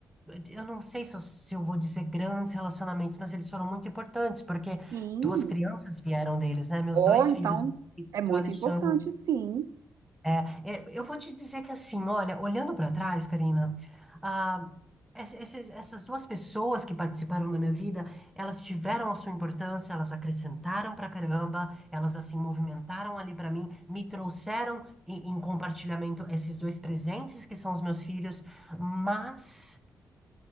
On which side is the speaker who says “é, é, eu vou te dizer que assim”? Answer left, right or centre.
Centre